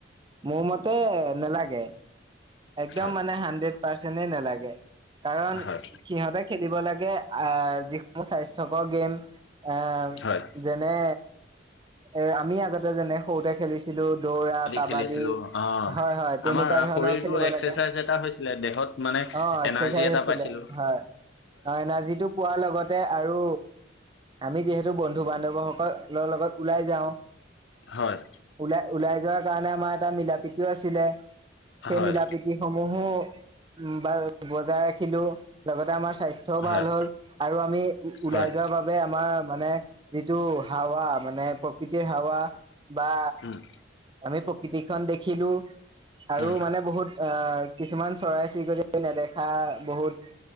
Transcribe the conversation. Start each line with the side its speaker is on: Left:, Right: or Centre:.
Right: মোৰ মতে নালাগে। একদম
Left: হয়
Right: মানে হাড্ৰেড পাৰ্চেণ্টে নালাগে কাৰণ
Left: হয়
Right: সিহঁতে খেলিব লাগে আহ যিসমূহ স্বাস্থ্যকৰ গেম, এ
Left: হয়।
Right: যেনে এ আমি আগতে যেনে সৰুতে খেলিছিলোঁ। দৌৰা কাবাডী
Left: খেলিছিলো অ
Right: হয় হয় তেনেকুৱা
Left: আমাৰ
Right: ধৰণৰ
Left: শৰীৰটো
Right: খেলিব
Left: এক্সাৰচাইজ
Right: লাগে।
Left: এটা হৈছিলে দেহত মানে
Right: অ' এক্সাৰচাইজ
Left: এনাৰ্জি এটা
Right: আছিলে
Left: পাইছিলো
Right: হয়। হয় এনাৰ্জীটো পোৱাৰ লগতে আৰু আমি যিহেতু বন্ধু বান্ধৱসকলৰ লগত ওলাই যাও।
Left: হয়।
Right: ওলাই, ওলাই যোৱাৰ কাৰণে আমাৰ এটা মিলা প্ৰীতিও আছিলে। সেই
Left: হয়
Right: মিলা প্ৰীতিসমূহো বজাই ৰাখিলোঁ। লগতে আমাৰ স্বাস্থ্য স্বাস্থ্য ভাল
Left: হয়
Right: হ'ল। আৰু আমি ওলাই
Left: হয়
Right: যোৱাৰ বাবে বাবে আমাৰ মানে যিটো হাৱা মানে প্ৰকৃতিৰ হাৱা বা
Left: উম।
Right: আমি প্ৰকৃতিখন দেখিলোঁ আৰু
Left: উম
Right: মানে বহুত অ' কিছুমান চৰাই চিৰিকটি নেদেখা বহুত